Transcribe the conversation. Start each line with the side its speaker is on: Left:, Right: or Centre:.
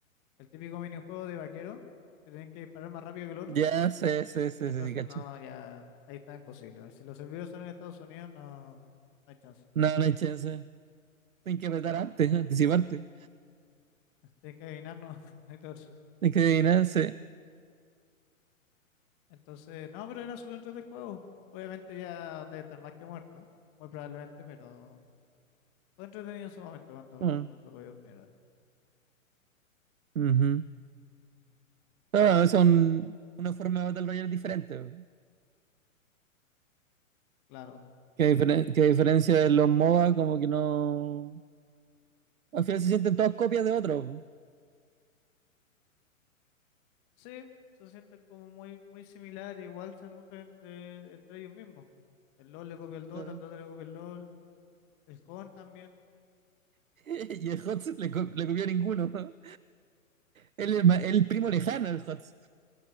Left: el típico minijuego de vaquero, que tenés que disparar más rápido que el otro.
Right: Ya, sí, sí, sí,
Left: Entonces,
Right: sí, sí, cacho.
Left: no, ya, ahí está imposible. Si los servidores son en Estados Unidos, no, no hay chance.
Right: No, no hay chance. Tienes que apretar antes, anticiparte.
Left: <laughs> Tienes que adivinar, no, <laughs> no hay todo.
Right: Tienes que adivinar. sí.
Left: Entonces, no, pero era súper entretenido el juego. Obviamente ya debe estar más que muerto, muy probablemente, pero fue entretenido en su momento cuando lo,
Right: Ah,
Left: cuando lo vi por primera vez.
Right: ujú. Claro, es una forma de Battle Royale diferente. po.
Left: Claro.
Right: Que, a diferen- que a diferencia de los MOBA, como que no. Al final se sienten todas copias de otro. ¿no?
Left: Sí, se sienten como muy, muy similar, igual se nutren de, entre ellos mismos. El LOL le copia el Dota,
Right: Claro.
Left: el Dota le copia el LOL, el Jon también,
Right: <laughs> Y el HOTS le, co- le copió a ninguno. ¿no? Él es ma- el primo lejano del HOTS.